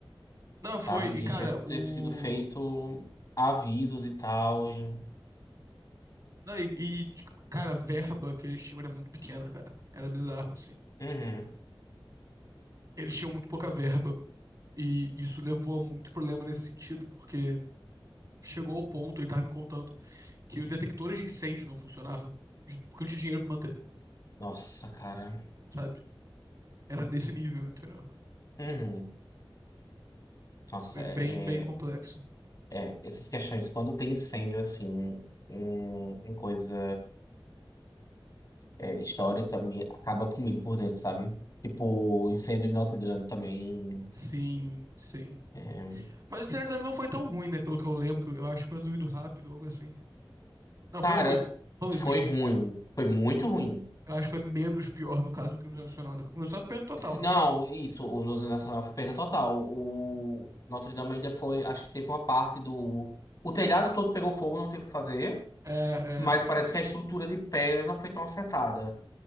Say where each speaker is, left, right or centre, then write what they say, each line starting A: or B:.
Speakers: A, on the right; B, on the left.
A: Não, foi.
B: sabe?
A: E,
B: De
A: cara,
B: já
A: o.
B: ter sido feito avisos e tal. e-
A: Não, e, e, tipo, cara, a verba que eles tinham era muito pequena, cara. Era bizarro, assim.
B: Uhum.
A: Eles tinham muito pouca verba. E isso levou a muito problema nesse sentido, porque chegou ao ponto, ele tava me contando, que os detectores de incêndio não funcionavam, de- porque não tinha dinheiro pra manter,
B: Nossa, cara.
A: sabe? Era nesse nível, entendeu?
B: Uhum. Nossa,
A: Foi
B: é...
A: bem, bem complexo.
B: é- É, essas questões, quando tem incêndio, assim, em, em coisa é, histórica, me, acaba comigo por dentro, sabe? Tipo, incêndio em Notre Dame também.
A: Sim, sim.
B: é.
A: Mas o cenário também não foi tão ruim, né? Pelo que eu lembro, eu acho que foi resolvido rápido, algo assim. Não, foi
B: Cara,
A: ruim. Falando
B: foi
A: isso, mas, tipo,
B: ruim. Foi muito ruim.
A: eu acho que foi menos pior no caso do crime nacional, né? Porque começou a perda total.
B: Se não, isso, o Museu Nacional foi perda total. O Notre Dame ainda foi, acho que teve uma parte do... O telhado todo pegou fogo, não teve o que fazer.
A: É,
B: Mas
A: é, foi
B: parece
A: isso.
B: que a estrutura de pedra não foi tão afetada.